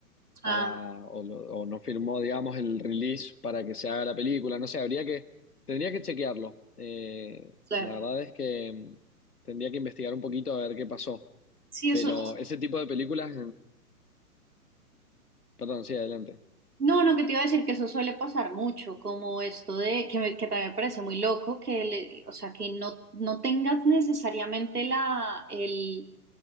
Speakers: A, on the left (about 75°); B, on the right (about 80°).
A: para,
B: Ah,
A: o, lo- o no firmó, digamos, el release para que se haga la película, no sé, habría que, tendría que chequearlo. Eh,
B: claro.
A: la verdad es que mm, tendría que investigar un poquito a ver qué pasó.
B: Sí, eso
A: Pero
B: es.
A: ese tipo de películas Perdón, sí, adelante.
B: No, lo que te iba a decir que eso suele pasar mucho, como esto de que, me- que también me parece muy loco, que le- o sea, que no, no tengas necesariamente la, el,